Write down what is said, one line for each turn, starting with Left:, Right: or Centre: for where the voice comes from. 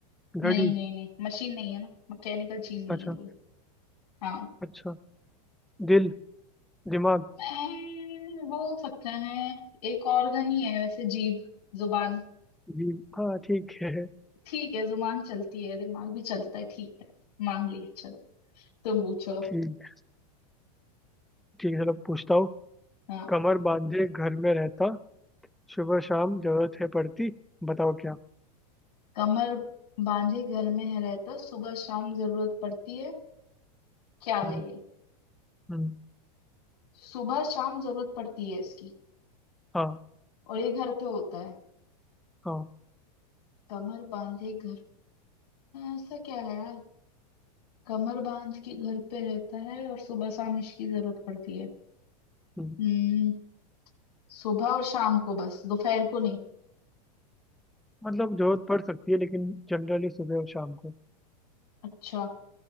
Centre: घड़ी
Left: नहीं नहीं नहीं मशीन नहीं है ना मैकेनिकल चीज नहीं
Centre: अच्छा
Left: है कोई हाँ
Centre: अच्छा दिल दिमाग
Left: अम्म, बोल सकते हैं एक ऑर्गन ही है वैसे जीभ जुबान
Centre: जी हाँ ठीक है
Left: ठीक है जुबान चलती है दिमाग भी चलता है ठीक है मान लिया चलो तुम पूछो
Centre: ठीक ठीक है चलो पूछता हूँ
Left: हाँ
Centre: कमर बांधे घर में रहता सुबह शाम जरूरत है पड़ती बताओ क्या
Left: कमर बांधे घर में है रहता सुबह शाम जरूरत पड़ती है क्या है
Centre: हम्म
Left: ये
Centre: हम्म
Left: सुबह शाम जरूरत पड़ती है इसकी
Centre: हाँ
Left: और ये घर पे होता है
Centre: हाँ
Left: कमर बांधे घर ऐसा क्या है यार कमर बांध के घर पे रहता है और सुबह शाम इसकी जरूरत पड़ती है
Centre: हम्म।
Left: हम्म सुबह और शाम को बस दोपहर को नहीं
Centre: मतलब जरूरत पड़ सकती है लेकिन जनरली सुबह और शाम को
Left: अच्छा